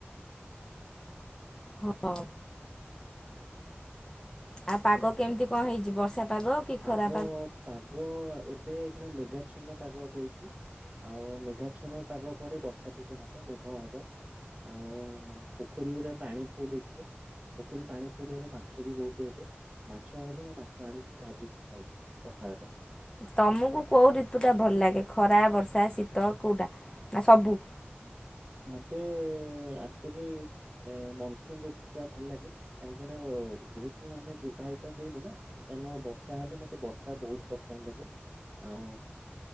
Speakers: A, on the left; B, on the right.
A: ହଁ। ଆଉ ପାଗ କେମିତି କଣ ହେଇଛି ବର୍ଷା ପାଗ କି
B: ପାଗ
A: ଖରା
B: ପାଗ ଏବେ ଏଇକିନା ମେଘା ଛନ ପାଗ ଦେଇଛି। ଆଉ ମେଘାଛନ ପାଗ ପରେ ବର୍ଷା ଟିକେ ହବ, ମେଘ ହବ। ଆଉ ପୋଖରୀ ଗୁରା ପାଣି ଫୁଲ ହେଇଯିବ। ପୋଖରୀ ପାଣି ଫୁଲ୍ ହେଇଗଲେ ମାଛ ବି ବହୁତ ହେବେ, ମାଛ ହେଲେ ମୁଁ ମାଛ ଆଣିକି ଭାଜି ଖାଇବି ପଖାଳରେ।
A: ତମୁ କୁ କୋଉ ରିତୁ ଟା ଭଲ ଲାଗେ ଖରା, ବର୍ଷା, ଶୀତ କୋଉଟା ନା ସବୁ
B: ହୁଁ ମତେ ଆକଚୁଆଲି ଏ ମନସୁନ ରୁତୁଟା ଭଲ ଲାଗେ କାହିଁକିନା ବ ଯେହେତୁ ଆମେ ବିବାହିତ ହେଇନୁ ନା, କାରଣ ବର୍ଷା ହେଲେ ମତେ ବର୍ଷା ବହୁତ ପସନ୍ଦ ଲାଗେ। ଆଉ